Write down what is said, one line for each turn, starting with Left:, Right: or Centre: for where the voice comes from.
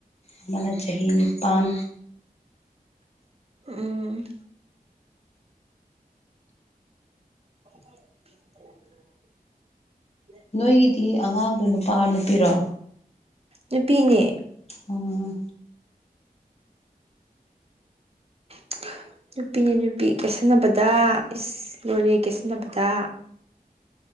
Left: ꯑꯃꯅ ꯆꯍꯤ ꯅꯤꯄꯥꯜ
Right: ꯎꯝ <inaudible>
Left: ꯅꯣꯏꯒꯤꯗꯤ ꯑꯉꯥꯡꯗꯣ ꯅꯨꯄꯥ ꯅꯨꯄꯤꯔꯣ
Right: ꯅꯨꯄꯤꯅꯦ
Left: ꯑꯣꯝ
Right: <inaudible> ꯅꯨꯄꯤꯅ ꯅꯨꯄꯤ ꯀꯦꯁꯟꯅꯕꯗ ꯏꯁ ꯂꯣꯣꯔꯦ ꯀꯦꯁꯟꯅꯕꯗ